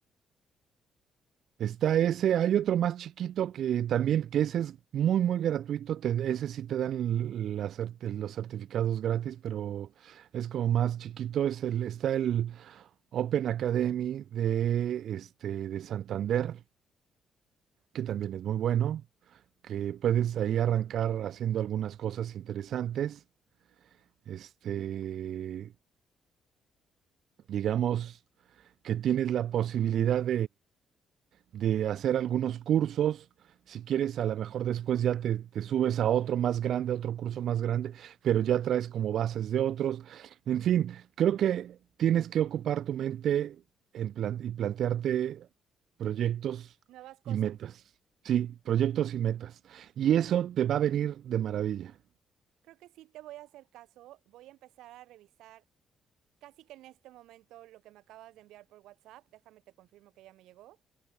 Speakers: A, on the right; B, on the right.
A: Está ese, hay otro más chiquito que también, que ese es muy, muy gratuito, te- ese sí te dan l- la cert- los certificados gratis, pero es como más chiquito, es el, está el Open Academy de, este, de Santander, que también es muy bueno, que puedes ahí arrancar haciendo algunas cosas interesantes, este, digamos que tienes la posibilidad de hacer algunos cursos. Si quieres, a lo mejor después ya te, te subes a otro más grande, a otro curso más grande, pero ya traes como bases de otros. En fin, creo que tienes que ocupar tu mente en plan- y plantearte proyectos
B: Nuevas cosas.
A: y metas. Sí, proyectos y metas. Y eso te va a venir de maravilla.
B: Creo que sí te voy a hacer caso. Voy a empezar a revisar casi que en este momento lo que me acabas de enviar por WhatsApp. Déjame te confirmo que ya me llegó.